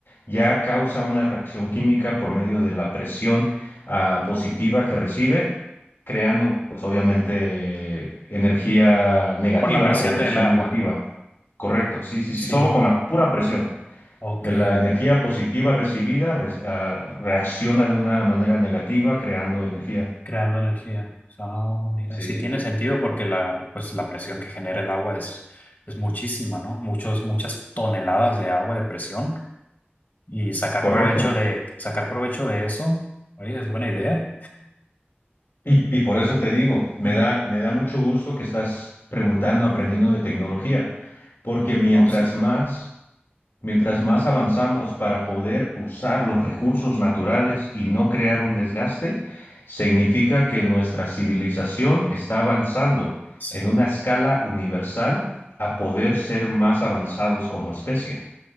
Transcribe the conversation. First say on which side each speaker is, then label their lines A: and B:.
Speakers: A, on the left; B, on the left.
A: ya causa una reacción química por medio de la presión ah, positiva que recibe, creando pues obviamente energía negativa
B: Por la presión
A: o presión
B: del agua.
A: negativa. Correcto, sí, sí, sí,
B: Sí.
A: solo con la pura presión
B: Ok.
A: de la energía positiva recibida re- ah, reacciona de una manera negativa creando energía.
B: creando energía. Ah, mira,
A: Sí.
B: sí tiene sentido porque la, pues, la presión que genera el agua es, es muchísima, ¿no? Muchos, muchas toneladas de agua de presión y sacar
A: Correcto.
B: provecho de, sacar provecho de eso, oye, es buena idea.
A: Y, y por eso te digo, me
B: Ujú.
A: da, me da mucho gusto que estás preguntando, aprendiendo de tecnología, porque mientras
B: No, sí,
A: más, mientras
B: Ujú.
A: más avanzamos para poder usar los recursos naturales y no crear un desgaste, significa que nuestra civilización está avanzando
B: Sí,
A: en una escala universal a poder ser más avanzados como especie.